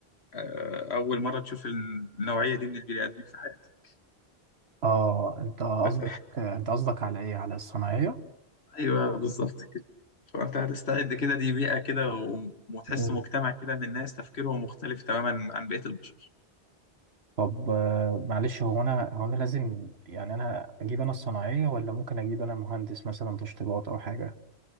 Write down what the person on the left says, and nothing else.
آه، اول مره تشوف النوعيه دي من البني ادمين في حياتك
<laughs>
ايوه بالظبط كده فانت هتستعد كده دي بيئه كده و- وتحس
مجتمع كده من الناس تفكيرهم مختلف تماما عن بقيه البشر